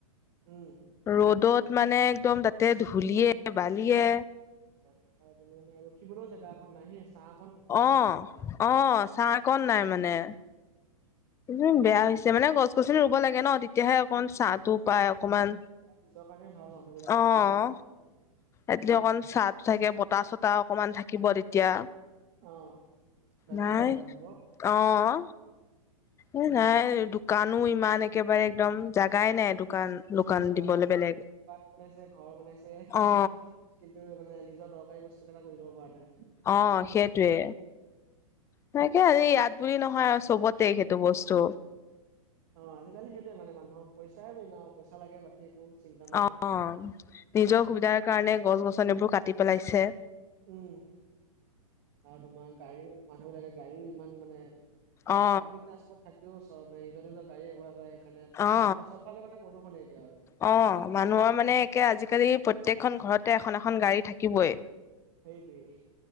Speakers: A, on the right; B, on the left.
A: উম
B: ৰ'দত মানে একদম তাতে ধুলিয়ে বালিয়ে
A: <inaudible> ৰখিবলৈও জেগা অকন নাই সেই ছাঁ
B: অঁ অঁ ছাঁ অকণ নাই মানে। ইমান বেয়া হৈছে মানে গছ গছনি ৰুব লাগে ন, তে তেতিয়াহে অকন ছাঁটো
A: উম
B: পায় অকমান
A: নিজৰ কাৰণে ভাল মানুহ বিলাকে
B: অঁ।
A: বুজিয়ে নাপায়
B: এটলি অকন ছাঁটো থাকে বতাহ চতাহ অকমান থাকিব তেতিয়া।
A: অ বেমাৰ
B: নাই
A: আজাৰ নহব অ
B: অঁ। এ নাই দোকানো ইমান একেবাৰে একদম জাগাই নাই দোকান। দোকান
A: অ
B: দিবলৈ
A: মানুহ
B: বেলেগ
A: দোকান বনাইছে ঘৰ বনাইছে
B: অ
A: কিন্তু মানে নিজৰ দৰকাৰী বস্তু কেইটা কৰি ল'ব পৰা নাই।
B: অঁ সেইটোৱে। তাকে আজি ইয়াত বুলি নহয় আৰু চবতেই সেইটো বস্তু।
A: অ আজিকালি সেইটোৱে মানে মানুহক পইচাই মেইন আও পইচা লাগে বাকী একো চিন্তা নাই।
B: অঁ নিজৰ সুবিধাৰ কাৰণে গছ গছনিবোৰ কাটি পেলাইছে।
A: উম আৰু তোমাৰ গাড়ীও মানুহ বিলাকে গাড়ীও ইমান মানে প্ৰা
B: অ
A: পাব্লিক ট্ৰান্সপৰ্ট থাকিও চব এই নিজৰ নিজৰ গাড়ী ব্যৱহাৰ কৰে। কানে
B: অ
A: চবফালে মানে প্ৰদূষণে এতিয়া আৰু।
B: অ মানুহৰ মানে একে আজিকালি প্ৰত্যেকখন ঘৰতে এখন এখন গাড়ী থাকে। কিবই,
A: সেইটোৱে